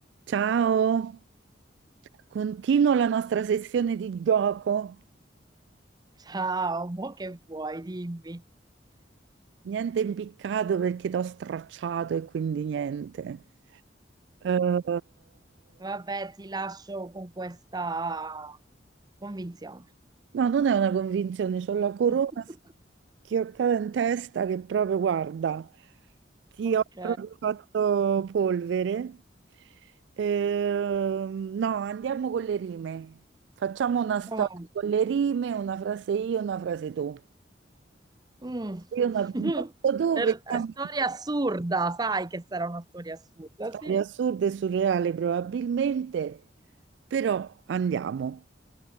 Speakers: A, on the right; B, on the right.
A: Ciao, continuo la nostra sessione di gioco.
B: Ciao, <laughs> mo che vuoi, dimmi.
A: Niente impiccato perché ti ho stracciato e quindi niente. Eh,
B: Vabbè, ti lascio con questa convinzione.
A: no, non è una convinzione, c'ho la corona
B: <laughs>
A: schioccata in testa che proprio, guarda, ti
B: Ok.
A: ho proprio fatto polvere. Ehm, no, andiamo con le rime. Facciamo una storia
B: Oh,
A: con le rime, una frase io, una frase tu.
B: mm.
A: Io non abito
B: <laughs>
A: dove,
B: Er-
A: siamo
B: Storia assurda, sai che sarà una storia assurda,
A: storie
B: sì.
A: assurde e surreali probabilmente, però andiamo,